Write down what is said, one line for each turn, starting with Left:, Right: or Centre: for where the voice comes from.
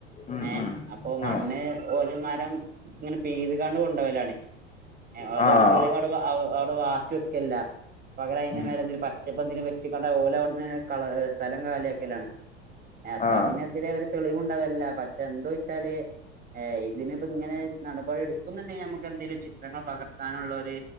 Left: ഉം
Right: ഏ
Left: ഉം
Right: അപ്പൊ മണ്ണ്
Left: ആഹ്
Right: ഓൽ മരം ഇങ്ങനെ പീ തുകാണ്ട് കൊണ്ടോലാണ് ഓൽ
Left: ആഹ്
Right: ഒരു തെളിവ് അവിടെ അവിടെ വാക്കി വേക്കെല്ല പകരം അതിൻ്റെ
Left: ഉം
Right: മേല എന്തലും പ ചപ്പോ എന്തേലും വെച്ചിക്കണ്ടെ ഓൽ അവിടന്ന് സ്ഥലം കാലി ആക്കലാണ് അപ്പൊ
Left: ആഹ്
Right: അതിനെതിരെ ഒരു തെളിവുണ്ടാവല്ല പക്ഷെ എന്ത വെച്ചാല് ഇതിനിപോ ഇങ്ങനെ നടപടി എടുക്കുന്നുണ്ടെങ്കിൽ നമുക്ക് എന്തെങ്കിലും ചിത്രങ്ങൾ പകർത്താനുള്ള ഒരു